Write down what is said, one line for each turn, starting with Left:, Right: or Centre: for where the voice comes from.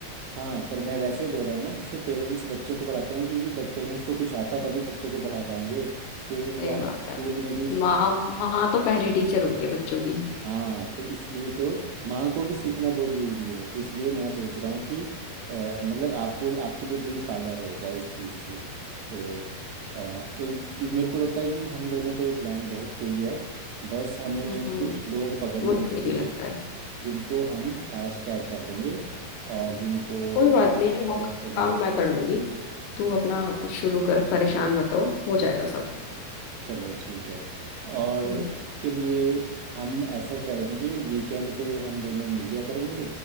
Right: हाँ पर मैं वैसे बोल रहा हूँ ना जैसे पेरेंट्स बच्चों को पढ़ाते हैं क्योंकि पेरेंट्स को कुछ आता
Left: हम्म,
Right: तभी बच्चे को पढ़ा पाएंगे फिर यहाँ
Left: सही बात
Right: पे स्कूल
Left: है
Right: में भी
Left: माँ माँ तो पहली टीचर होती है बच्चों की
Right: हाँ तो इसलिए तो माँ को भी सीखना बहुत ज़रूरी है तो इसलिए मैं सोच रहा हूँ कि अ, मतलब आपको आपके लिए भी फ़ायदा रहेगा इस चीज़ से तो अ, एक ये मेरे को लगता है कि हम दोनों का ये प्लान बहुत सही है बस हमें
Left: हम्म
Right: कुछ लोग पकड़ने
Left: मुझे
Right: होंगे
Left: भी यही लगता है
Right: जिनको हम हैश टैग कर देंगे और जिनको
Left: कोई बात नहीं वो
Right: फॉलोअर्स हम
Left: काम
Right: ले
Left: मैं कर लूंगी तू अपना शुरू कर परेशान मत हो हो जाएगा सब
Right: चलो ठीक है और
Left: हम्म
Right: के लिए हम ऐसा करेंगे वीकेंड पे हम दोनों मिल लिया करेंगे